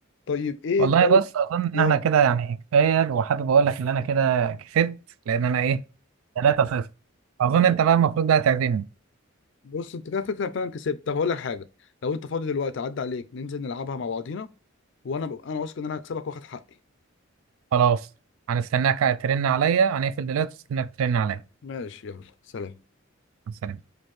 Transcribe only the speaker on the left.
طيب إيه
الدولة
اه
بص انت كده فكره فعلا كسبت طب هقول لك حاجه لو انت فاضي دلوقتي عدى عليك ننزل نلعبها مع بعضينا وانا ب... انا واثق ان انا هكسبك واخد حقي
ماشي يلا سلام